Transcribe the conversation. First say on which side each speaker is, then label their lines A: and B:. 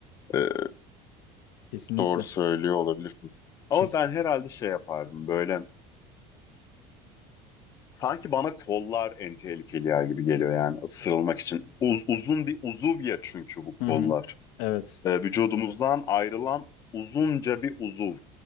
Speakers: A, on the left; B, on the left.
A: Ee,
B: Kesinlikle.
A: doğru söylüyor olabilirsin. Ama
B: Kesin.
A: ben herhalde şey yapardım böyle. Sanki bana kollar en tehlikeli yer gibi geliyor yani ısırılmak için. Uz- uzun bir uzuv ya çünkü bu kollar.
B: Hı hı. Evet.
A: Ee, vücudumuzdan ayrılan uzunca bir uzuv.